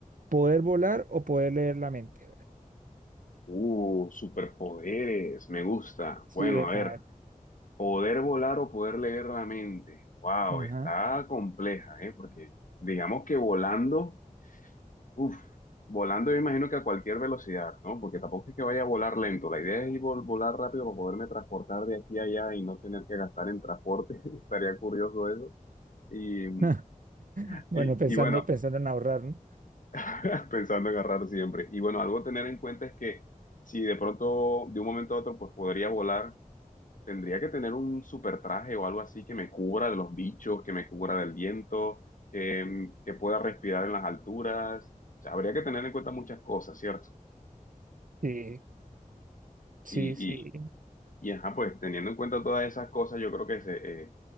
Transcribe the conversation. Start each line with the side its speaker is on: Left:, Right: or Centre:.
Right: ¿Poder volar o poder leer la mente? A ver.
Left: Uh, superpoderes, me gusta.
Right: Sí,
Left: Bueno,
Right: epa,
Left: a ver,
Right: eh,
Left: poder volar o poder leer la mente. Wow,
Right: ajá.
Left: está compleja, ¿eh? Porque digamos que volando. Uf, volando yo imagino que a cualquier velocidad, ¿no? Porque tampoco es que vaya a volar lento. La idea es ir vol- volar rápido para poderme transportar de aquí a allá y no tener que gastar en transporte. <laughs> Estaría curioso eso. Y,
Right: <laughs>
Left: y,
Right: Bueno, pensando,
Left: y bueno,
Right: pensando en ahorrar, ¿no?
Left: <laughs> pensando en agarrar siempre. Y bueno, algo a tener en cuenta es que si de pronto, de un momento a otro, pues podría volar, tendría que tener un super traje o algo así que me cubra de los bichos, que me cubra del viento, que, que pueda respirar en las alturas. O sea, habría que tener en cuenta muchas cosas, ¿cierto?
Right: Sí, sí,
Left: y,
Right: sí.
Left: Y ajá, pues teniendo en cuenta todas esas cosas, yo creo que se, eh,